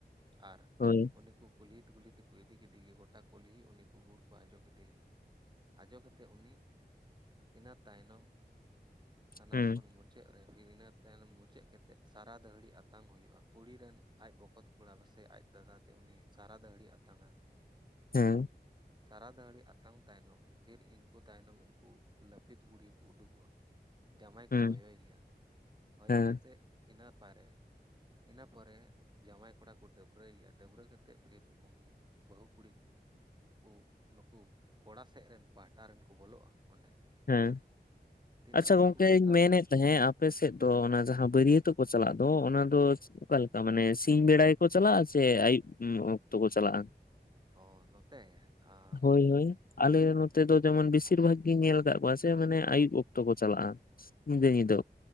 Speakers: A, on the right; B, on the left.
A: ᱟᱨ
B: ᱦᱳᱭ᱾
A: ᱩᱱᱤ ᱠᱚ ᱠᱩᱞᱦᱤ ᱠᱩᱞᱦᱤ ᱛᱮᱠᱚ ᱤᱫᱤ ᱠᱮᱫᱮᱜ ᱜᱮ ᱜᱚᱴᱟ ᱠᱩᱞᱦᱤ ᱩᱱᱤ ᱠᱚ ᱜᱩᱲ ᱠᱚ ᱟᱡᱡᱚ ᱠᱮᱫᱮᱜ ᱜᱮ᱾ ᱟᱡᱡᱚ ᱠᱟᱛᱮ ᱩᱱᱤ ᱤᱱᱟᱹ ᱛᱟᱭᱱᱚᱢ ᱥᱟᱱᱟᱢ
B: ᱦᱩᱸ
A: ᱠᱷᱚᱱ ᱢᱩᱪᱟᱹᱫ ᱢᱩᱪᱟᱹᱫ ᱨᱮ ᱯᱷᱤᱨ ᱤᱱᱟᱹ ᱛᱟᱭᱱᱚᱢ ᱢᱩᱪᱟᱹᱫ ᱠᱟᱛᱮ ᱥᱟᱨᱟ ᱫᱟᱹᱦᱲᱤ ᱟᱛᱟᱝ ᱦᱩᱭᱩᱜᱼᱟ ᱠᱩᱲᱤᱨᱮᱱ ᱟᱡ ᱵᱚᱠᱚᱛ ᱠᱚᱲᱟ ᱯᱟᱥᱮ ᱟᱡ ᱫᱟᱫᱟ ᱛᱮ ᱩᱱᱤ ᱥᱟᱨᱟ ᱫᱟᱹᱦᱲᱤᱭ ᱟᱛᱟᱝᱟ᱾
B: ᱦᱮᱸ
A: ᱥᱟᱞᱟ ᱫᱟᱹᱲᱤ ᱟᱛᱟᱝ ᱛᱟᱭᱱᱚᱢ ᱯᱷᱤᱨ ᱤᱱᱠᱩ ᱛᱟᱭᱱᱚᱢ ᱩᱱᱠᱩ ᱞᱟᱹᱯᱤᱛ ᱵᱩᱲᱦᱤ ᱠᱚ ᱩᱰᱩᱠᱚᱜᱼᱟ ᱡᱟᱢᱟᱭ ᱠᱚ
B: ᱦᱩᱸ
A: ᱦᱚᱭᱚᱭ ᱭᱮᱭᱟ ᱦᱚᱭᱚ
B: ᱦᱮᱸ
A: ᱠᱟᱛᱮᱫ ᱤᱱᱟᱹ ᱯᱟᱨᱮ ᱤᱱᱟᱹ ᱯᱚᱨᱮ ᱡᱟᱶᱟᱭ ᱠᱚᱲᱟ ᱠᱚ ᱰᱟᱹᱵᱽᱨᱟᱹᱭᱮᱭᱟ ᱰᱟᱹᱵᱽᱨᱟᱹ ᱠᱟᱛᱮ ᱯᱷᱤᱨ ᱩᱱᱤ ᱵᱟᱹᱦᱩ ᱠᱩᱲᱤ ᱩ ᱱᱩᱠᱩ ᱠᱚᱲᱟ ᱥᱮᱫ ᱨᱮᱱ ᱯᱟᱦᱟᱴᱟ ᱨᱮᱱ ᱠᱚ ᱵᱚᱞᱚᱜᱼᱟ ᱚᱸᱰᱮ᱾
B: ᱦᱮᱸ
A: ᱛᱤᱱᱟᱹᱜ
B: ᱟᱪᱪᱷᱟ
A: ᱦᱚᱲ
B: ᱜᱚᱝᱠᱮ
A: ᱠᱚ ᱠᱟᱛᱷᱟ
B: ᱤᱧ ᱢᱮᱱᱮᱫ ᱛᱟᱞᱦᱮᱸ ᱟᱯᱮ ᱥᱮᱫ ᱫᱚ ᱚᱱᱟ ᱡᱟᱦᱟᱸ ᱵᱟᱹᱨᱭᱟᱹᱛᱚᱜ ᱠᱚ ᱪᱟᱞᱟᱜ ᱫᱚ ᱚᱱᱟ ᱫᱚ- ᱚᱠᱟᱞᱮᱠᱟ ᱢᱟᱱᱮ ᱥᱤᱧ ᱵᱮᱲ ᱜᱮᱠᱚ ᱪᱟᱞᱟᱜᱼᱟ ᱥᱮ ᱟᱹᱭᱩᱵ ᱚᱠᱛᱚ ᱠᱚ ᱪᱟᱞᱟᱜᱼᱟ?
A: ᱚ ᱱᱚᱛᱮ ᱟᱻᱻ
B: ᱦᱳᱭ ᱦᱳᱭ ᱟᱞᱮ ᱱᱚᱛᱮ ᱫᱚ ᱡᱮᱢᱚᱱ ᱵᱮᱥᱤᱨ ᱵᱷᱟᱜᱽ ᱜᱮ ᱧᱮᱞ ᱢᱮᱛᱟᱜ ᱠᱚᱣᱟ ᱥᱮ ᱢᱟᱱᱮ ᱟᱹᱭᱩᱵ ᱚᱠᱛᱚ ᱠᱚ ᱪᱟᱞᱟᱜᱼᱟ ᱧᱤᱫᱟᱹ ᱧᱤᱫᱟᱹ᱾